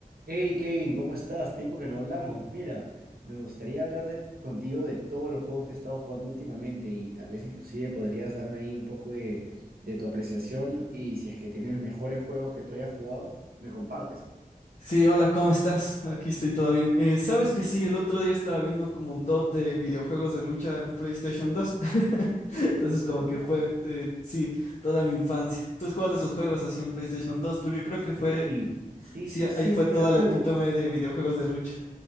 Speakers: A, on the right; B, on the left.
A: Hey Kevin, ¿cómo estás? Tiempo que no hablamos. Mira, me gustaría hablar de- contigo de todos los juegos que he estado jugando últimamente y tal vez inclusive podrías darme ahí un poco de, de tu apreciación y si es que tienes mejores juegos que tú hayas jugado, me compartes.
B: Sí, hola, ¿cómo estás? Aquí estoy todo bien. Eh, ¿sabes que sí? El otro día estaba viendo como un top de videojuegos de lucha en PlayStation 2. <laughs> Entonces, como
A: Ah,
B: que fue, eh, sí, toda mi infancia. ¿Tú has jugado esos juegos así en PlayStation 2? Porque creo
A: sí,
B: que fue,
A: sí,
B: sí,
A: sí, sí,
B: ahí fue toda
A: mira
B: la
A: tú.
B: epítome de videojuegos de lucha.